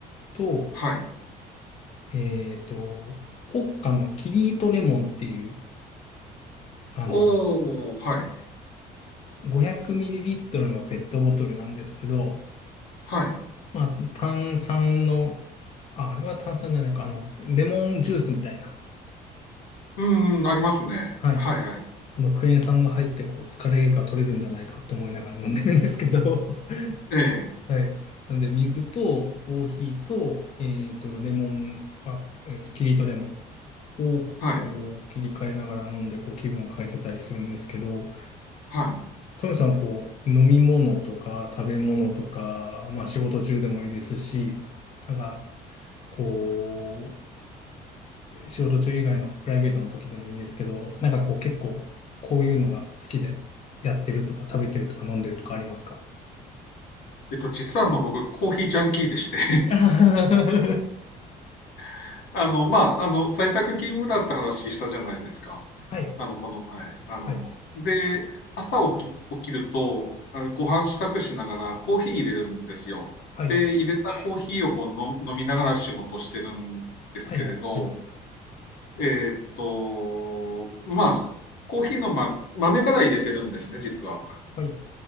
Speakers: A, on the left (about 40°); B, on the left (about 80°).
A: と、
B: はい。
A: えっと、ポッカのキリートレモンっていう、あの、
B: おお、はい、
A: 500ml のペットボトルなんですけど、
B: はい。
A: まあ、炭酸の、あ、あれは炭酸じゃないか、あの、レモンジュースみたいな。
B: うんん、ありますね。
A: はい。
B: はいはい。
A: あの、クエン酸が入って、こう、疲れが取れるんじゃないかと思いながら飲んでるんですけど、
B: ええ、
A: <laughs> はい。なんで、水と、コーヒーと、えっと、レモン、まあ、えっと、キリートレモン。をこう切り替えながら飲んでこう気分を変えてたりするんですけど、
B: はい、はい。
A: トミさんこう飲み物とか食べ物とか、まあ仕事中でもいいですし、なんかこう仕事中以外のプライベートの時でもいいんですけど、なんかこう結構こういうのが好きでやってるとか食べてるとか飲んでるとかありますか
B: えっと、実はあの、僕、コーヒージャンキーでして
A: <laughs> は
B: <laughs>。あの、まあ、あの、在宅勤務だって話したじゃないですか。
A: い、
B: あの、この前。あの、
A: はい、
B: で、朝起き起きると、あ、ご飯支度しながらコーヒー入れるんですよ。
A: はい、
B: で、入れたコーヒーをこう、の飲みながら仕事してるんですけれど
A: はい、はい、はい、
B: えーっと、まあ、コーヒーの、ま、豆から入れてるんですね、実は。
A: はい、